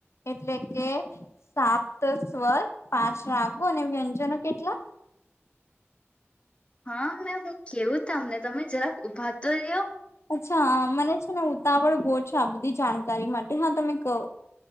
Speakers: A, on the left (about 75°); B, on the left (about 25°).
A: એટલે કે સાપ્ત સ્વર, પાંચ રાગો અને વ્યંજનો કેટલા?
B: હા, મેં હું કેવું તમને તમે જરાક ઊભાતો રયો.
A: અચ્છા, આ મને છે ને ઉદ તાપડ બોડ છે, આ બધી જાણકારી માટે હા, તમે કહો.